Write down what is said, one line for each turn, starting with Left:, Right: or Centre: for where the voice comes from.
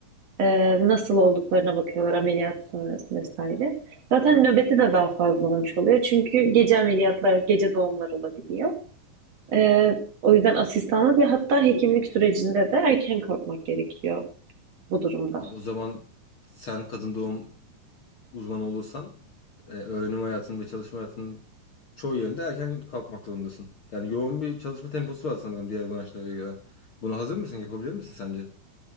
Right: Ee, nasıl olduklarına bakıyorlar ameliyat sonrası vesaire. Zaten nöbeti de daha fazla olmuş oluyor. Çünkü gece ameliyatlar, gece doğumlar olabiliyor. Ee, o yüzden asistanlık ve hatta hekimlik sürecinde de erken kalkmak gerekiyor bu durumda.
Left: Aa, o zaman sen kadın doğum uzmanı olursan e, öğrenim hayatın ve çalışma hayatının çoğu yerinde erken kalkmak zorundasın. Yani yoğun bir çalışma temposu var sanırım diğer branşlara göre. Buna hazır mısın? Yapabilir misin sence?